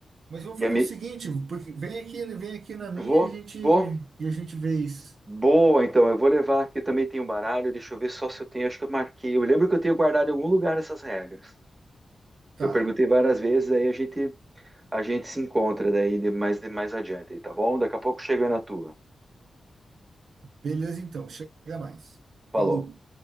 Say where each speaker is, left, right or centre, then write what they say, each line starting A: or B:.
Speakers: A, on the right (about 80°); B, on the right (about 25°).
A: Mas vamos
B: E
A: fazer
B: a mi-
A: o seguinte, porque vem aqui, ele vem aqui na minha
B: Vou,
A: e a gente
B: vou.
A: e a gente vê isso.
B: Boa, então. Eu vou levar aqui. Eu também tenho um baralho. Deixa eu ver só se eu tenho. Acho que eu marquei. Eu lembro que eu tenho guardado em algum lugar essas regras.
A: Tá.
B: Que eu perguntei várias vezes, aí a gente, a gente se encontra daí de mais, de mais adiante, tá bom? Daqui a pouco chega na tua.
A: Beleza então, chega mais.
B: Falou.
A: Falou.